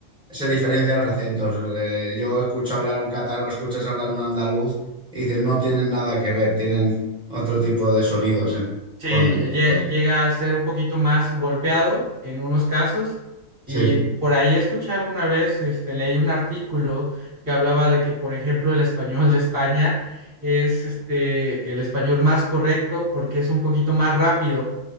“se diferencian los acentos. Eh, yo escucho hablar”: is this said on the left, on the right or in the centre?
Centre